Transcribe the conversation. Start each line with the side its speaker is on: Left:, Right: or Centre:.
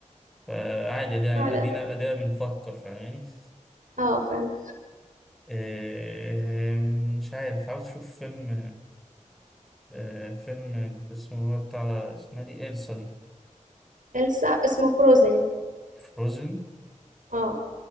Centre: فعادي أدينا
Right: فعلا
Centre: أدينا أدينا بنفكر فاهماني <laughs>
Right: اه فعلا
Centre: إيه، مش عارف عاوز أشوف فيلم آه، فيلم اللي اسمه هو بتاع اسمها دي إلسا دي
Right: السا اسمه فروزن
Centre: فروزن
Right: اه